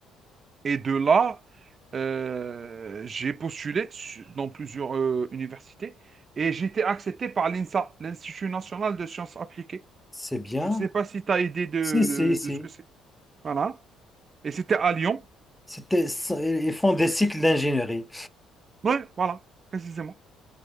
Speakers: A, on the right; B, in the centre.
A: Et de là, euh, j'ai postulé su- dans plusieurs euh, universités et j'ai été accepté par l'INSA, l'Institut national de sciences appliquées.
B: C'est bien.
A: Je ne sais pas si tu as idée de,
B: Si, si, si.
A: de, de ce que c'est. Voilà. Et c'était à Lyon.
B: C'était, ça- ils font des cycles d'ingénierie.
A: Ouais, voilà, précisément.